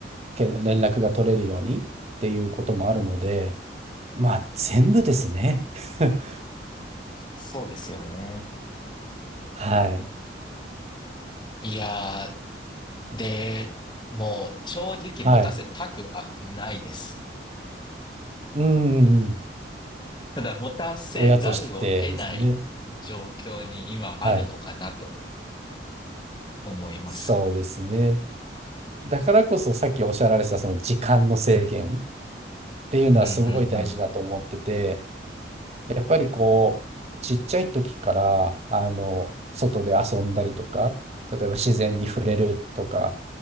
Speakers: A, on the right; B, on the left.
A: け連絡が取れるようにっていうこともあるので、まあ、全部ですね。<laughs>
B: そうですよね。
A: はい。
B: いやー、で、もう正直持たせたくはないです。
A: はい。うん、
B: ただ持たせざるを得ない状況に今あるのかなと
A: 親としてですね。はい。
B: 思います。
A: そうですね。だからこそさっきおっしゃられたその時間の制限っていうのはすごい大事だと思ってて、
B: うんうん
A: やっぱりこう、ちっちゃい時から、あの、外で遊んだりとか、例えば自然に触れるとか